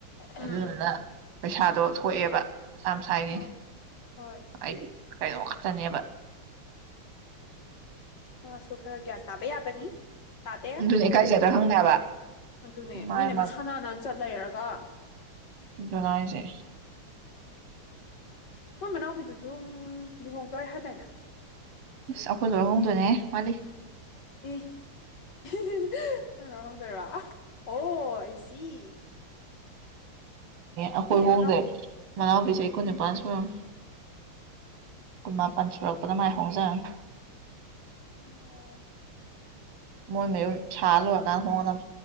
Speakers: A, on the left; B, on the right.
A: ꯎꯝ
B: ꯑꯗꯨꯗꯨꯅ ꯄꯩꯁꯥꯗꯣ ꯊꯣꯛꯑꯦꯕ ꯃꯁꯥ ꯃꯁꯥꯒꯤ
A: ꯍꯣꯏ ꯍꯣꯏ
B: ꯑꯩꯗꯤ ꯀꯩꯅꯣ ꯇꯅꯦꯕ
A: ꯃꯥꯁꯨ ꯈꯔ ꯒ꯭ꯌꯥꯟ ꯇꯥꯕ ꯌꯥꯕꯅꯤ ꯇꯥꯗꯦ
B: ꯑꯗꯨꯅ ꯏꯀꯥꯏꯖꯗ꯭ꯔꯥ ꯈꯪꯗꯦꯕ
A: ꯑꯗꯨꯅꯦ
B: ꯃꯥꯏ
A: ꯃꯤꯅ ꯃꯁꯥ ꯅꯥꯟ ꯅꯥꯟ ꯆꯠ ꯂꯩꯔꯒ
B: ꯑꯗꯨꯅꯦ ꯍꯥꯏꯁꯦ
A: ꯃꯣꯏ ꯃꯅꯥꯎꯄꯤꯗꯨꯁꯨ ꯂꯨꯍꯣꯡꯗꯧꯔꯦ ꯍꯥꯏꯗꯥꯏꯅꯦ
B: ꯑꯁ ꯑꯈꯣꯏ ꯂꯣꯏꯔ ꯍꯣꯡꯗꯣꯏꯅꯦꯍꯦ ꯋꯥꯠꯂꯤ
A: ꯏꯁ ꯍꯤ ꯍꯤ ꯍꯤ ꯅꯣꯏ ꯂꯣꯏꯔ ꯍꯣꯡꯗꯣꯏꯔꯣ ꯑꯣ ꯑꯥꯏꯁꯤ
B: ꯑꯈꯣꯏ ꯍꯣꯡꯗꯣꯏꯅꯦ
A: ꯃꯅꯥꯎꯄꯤꯗꯨ
B: ꯃꯅꯥꯎꯄꯤ ꯆꯍꯤ ꯀꯨꯟꯅꯤꯄꯥꯥꯟ ꯁꯨꯔꯝꯅꯦ ꯀꯟꯃꯥꯄꯟ ꯁꯨꯔꯛꯄꯗ ꯃꯥꯏ ꯍꯣꯡꯖꯔꯅꯤ
A: ꯑꯣ
B: ꯃꯣꯏ ꯃꯌꯨꯝ ꯁꯥ ꯂꯣꯏꯔ ꯀꯥꯟꯗ ꯍꯣꯡꯉꯗꯝ